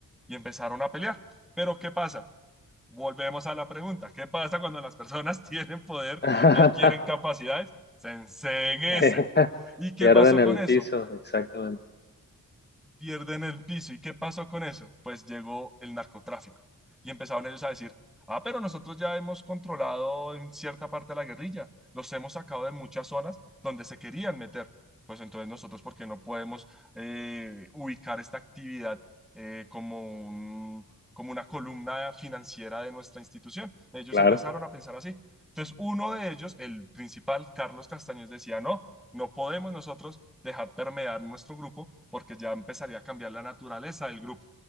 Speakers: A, in the centre; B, on the left.
A: y empezaron a pelear. Pero ¿qué pasa? Volvemos a la pregunta, ¿qué pasa cuando las personas <laughs> tienen poder
B: <laughs>
A: y adquieren capacidades? Se enseguecen.
B: <laughs>
A: ¿Y qué
B: Pierden
A: pasó
B: el
A: con eso?
B: piso, exactamente.
A: pierden el piso. ¿Y qué pasó con eso? Pues llegó el narcotráfico y empezaron ellos a decir, ah, pero nosotros ya hemos controlado en cierta parte de la guerrilla, los hemos sacado de muchas zonas donde se querían meter. Pues entonces nosotros, ¿por qué no podemos eh, ubicar esta actividad eh, como un- como una columna financiera de nuestra institución? Ellos
B: Claro,
A: empezaron a pensar así. Entonces uno de ellos, el principal, Carlos Castaños, decía, no, no podemos nosotros dejar permear nuestro grupo porque ya empezaría a cambiar la naturaleza del grupo.